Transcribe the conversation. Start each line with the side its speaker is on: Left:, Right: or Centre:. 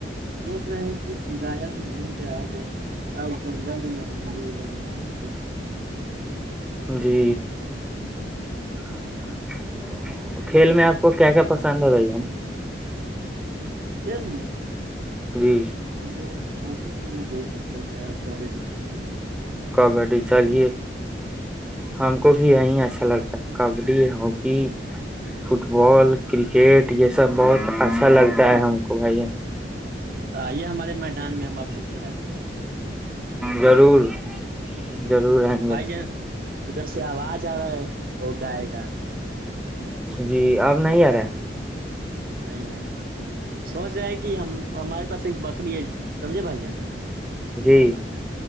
Right: سوچ رہے کہ گایا تو گھوم کے آجاے آ گھندا میں نہانے ہی جارہا ادر
Centre: جی <unintelligible> کھیل میں آپ کو کیا کیا پسند ہیں باییا
Right: کھیل میں
Centre: جی
Right: ہمیں ہاکی کھیلنا بہت اچھا لگتا ہے آپ کو کبڈی
Centre: کبڈی چلیے ہم کو بھی یہیی اچھا لگتا ہے kabaddi hockey football cricket یہ سب بہت اچھا لگتا ہیں کو بھائی
Right: آئیے ہمارے میدان میں ہم آپ کو کھلاتے ہیں
Centre: ضرور ضرور آئیں
Right: بھائی
Centre: گے
Right: جان ادھر سے آواز آ رہا ہے وہ گائے کا
Centre: جی اب نہیں آ رہے ہے
Right: نہیں بھائی جان سوچ رہا ہے کہ ہم ہمارے پس ایک بکری ہےج سمجھے بھائی جان
Centre: جی